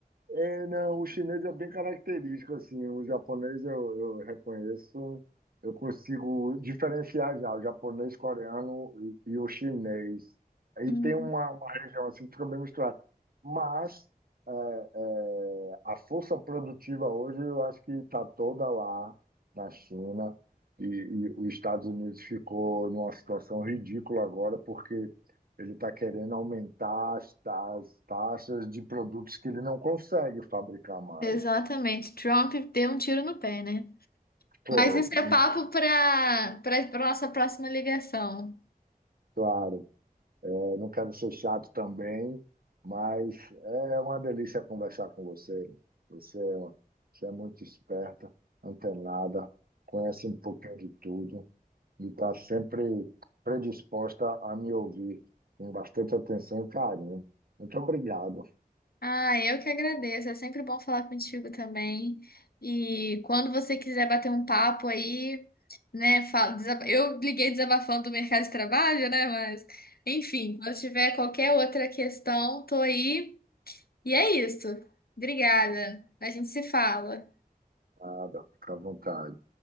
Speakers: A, on the right; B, on the left.
A: é, não, o chinês é bem característico, assim, o japonês eu, eu reconheço, eu consigo diferenciar já o japonês, coreano e, e o chinês. Aí
B: Hum,
A: tem uma, uma região assim que fica bem misturada. Mas é, é, a força produtiva hoje eu acho que está toda lá na China e, e os Estados Unidos ficou numa situação ridícula agora porque Ele está querendo aumentar as, ta- as taxas de produtos que ele não consegue fabricar mais.
B: exatamente. Trump deu um tiro no pé, né?
A: Foi,
B: Mas isso
A: então,
B: é papo para para nossa próxima ligação.
A: claro, é, não quero ser chato também, mas é uma delícia conversar com você. Você, é uma- você é muito esperta, antenada, conhece um pouquinho de tudo e está sempre predisposta a me ouvir com bastante atenção e carinho. Muito obrigado.
B: Ah, eu que agradeço. É sempre bom falar contigo também. E quando você quiser bater um papo aí, né? Fala, desab- Eu liguei desabafando do mercado de trabalho, né? Mas, enfim, quando tiver qualquer outra questão, tô aí. E é isso. Obrigada. A gente se fala.
A: Nada, fica à vontade.